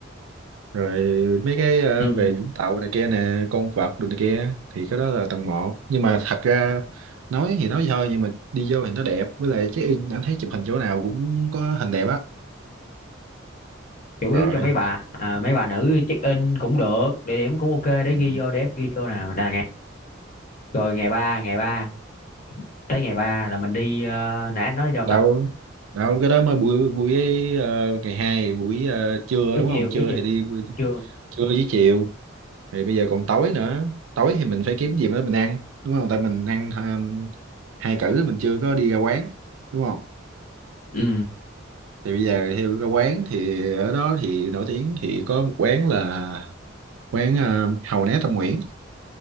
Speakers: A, on the right; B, on the left.
A: rồi mấy cái ờ,
B: Ừ.
A: về Vũng Tàu này kia nè con vật đồ này kia thì cái đó là tầng một nhưng mà thật ra nói thì nói vậy thôi nhưng mà đi vô thì nó đẹp với lại check in anh thấy chụp hình chỗ nào cũng có hình đẹp á
B: chủ
A: rồi
B: yếu cho mấy bà à, mấy bà nữ check in cũng được địa điểm cũng ok để
A: ừ.
B: ghi vô để em ghi vô nào là ngày rồi ngày ba ngày ba tới ngày ba là mình đi ờ, nãy anh nói đi đâu
A: đâu
B: ta
A: đâu cái đó mới buổi buổi ờ, ngày hai buổi ờ, trưa
B: buổi
A: đúng
B: chiều
A: không trưa
B: buổi chiều
A: thì đi
B: chưa
A: trưa với chiều thì bây giờ còn tối nữa tối thì mình phải kiếm gì đó mình ăn đúng không tại mình ăn ờ, hai cữ mình chưa có đi ra quán đúng không
B: ừ
A: thì bây giờ theo ra quán thì ở đó thì nổi tiếng thì có một quán là quán ờ, Hàu Né Tâm Nguyễn